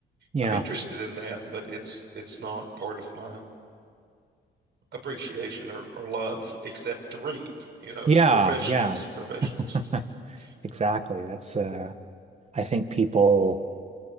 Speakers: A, on the right; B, on the right.
A: Yeah.
B: I'm interested in that. But it's it's not part of my appreciation or, or love except to read you know
A: Yeah.
B: professionals
A: Yeah.
B: professionals
A: <laughs> Exactly.
B: no.
A: That's uh I think people,